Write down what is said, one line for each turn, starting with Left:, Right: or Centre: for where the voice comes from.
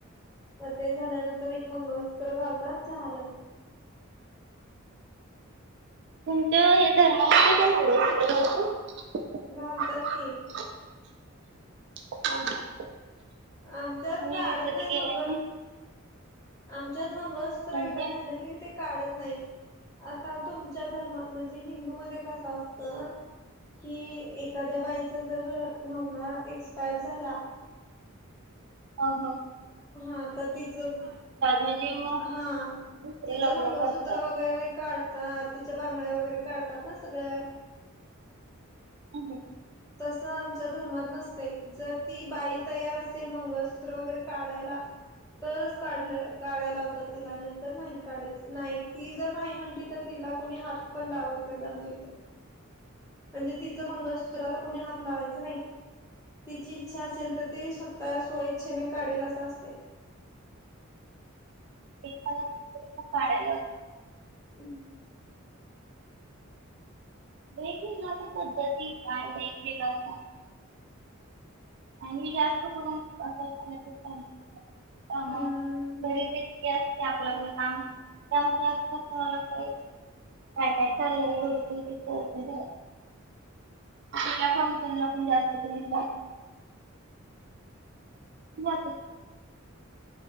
Left: मग ते झाल्यानंतर एक मंगळसूत्र घालतात झालं.
Right: तुमच्या हे धर्मामध्ये पण मंगळसूत्र घालतात?
Left: घालतात की.
Right: <inaudible>
Left: आमच्यात
Right: मी
Left: काढत
Right: कधी
Left: नाहीत
Right: गेला
Left: मंगळ.
Right: नाही
Left: आमच्यात मंगळसूत्र
Right: म्हणजे
Left: एकदा घातलं की, ते- काढत नाहीत. आता तुमच्या धर्म म्हणजे हिंदू मध्ये कस असत? कि एखाद्या बाईचा जर नवरा जर एक्सपायर झाला-
Right: हा हा.
Left: हा तर तिचं,
Right: म्हणजे मग
Left: हा.
Right: दुसरं
Left: तिचं
Right: लग्न
Left: मंगळसूत्र
Right: करतात.
Left: वगैरे काढतात, तिच्या बांगड्या वगैरे काढतात, ‌ना सगळ.
Right: <inaudible>
Left: तस आमच्या धर्मात नसतय, जर ती बाई- तयार असेल मंगळसूत्र वगैरे काढायला- तरच काढलं काढाय लावतात तिला, नाही तर नाही काढायच, नाही ती जर नाही म्हणली तर तिला- कोणी हात पण लावत नाही आमच्या इथे, म्हणजे तिच मंगळ- सुत्राला कोणी हात लावायच नाही, तिची इच्छा असेल तर ते स्वतः स्व- इच्छने काढेल, अस असतय.
Right: <unintelligible> पण पण काढय लावतात.
Left: <inaudible>
Right: वेगवेगळ्या तर पद्धतीत आहे वेगवेगळ्या- <unintelligible> त्या
Left: हम्म
Right: मग घरी इतकी असते आपल्यालं काम त्यामध्ये असं लागतय <unintelligible> काय, काय चाललंय एवढं पण काय कळत नाही. <unintelligible> पण जास्त करून काय जाते.